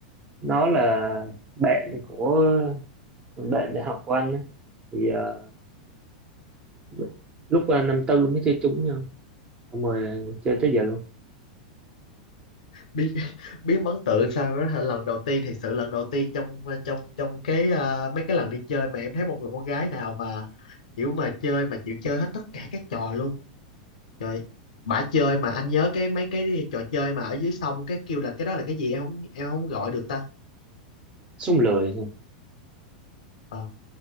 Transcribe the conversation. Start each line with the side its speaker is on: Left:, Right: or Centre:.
Right: nó là bạn của bạn đại học của anh á, thì ờ, lúc, lúc ờ, năm tư mới chơi chung với nhau xong rồi chơi tới giờ luôn
Left: biết <laughs> biết ấn tượng sao đó hả? lần đầu tiên thật sự lần đầu tiên trong ờ, trong trong cái à, mấy cái lần đi chơi mà em thấy một người con gái nào mà kiểu mà chơi mà chịu chơi hết tất cả các trò luôn trời bả chơi mà anh nhớ cái mấy cái trò chơi mà ở dưới sông cái kêu là cái đó là cái gì em không em không gọi được ta
Right: sung lười thôi.
Left: Ờ,